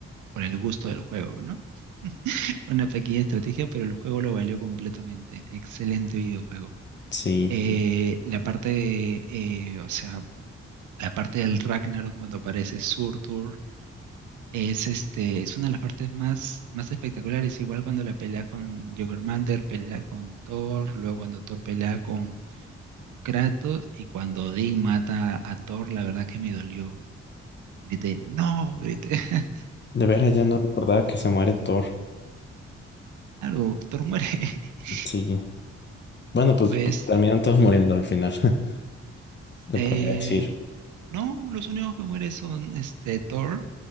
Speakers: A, on the right (about 80°); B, on the left (about 35°).
A: por el gusto del juego, ¿no? <laughs> Una pequeña estrategia, pero el juego lo valió completamente. Excelente videojuego.
B: sí.
A: Eh, la parte de, eh, o sea, la parte del Ragnarok cuando aparece Surtur es este, es una de las partes más, más espectaculares. Igual cuando la pelea con Jörmungandr, pelea con Thor, luego cuando Thor pelea con, con Kratos y cuando Odín mata a Thor, la verdad que me dolió. Grité, no, grité, <laughs>
B: De veras ya no recordaba que se muere Thor.
A: claro, Thor muere. <laughs>
B: Sí. Bueno, pues
A: Pues,
B: p- terminan todos muriendo al final, <laughs> te
A: eh,
B: podría decir.
A: no, los únicos que mueren son este Thor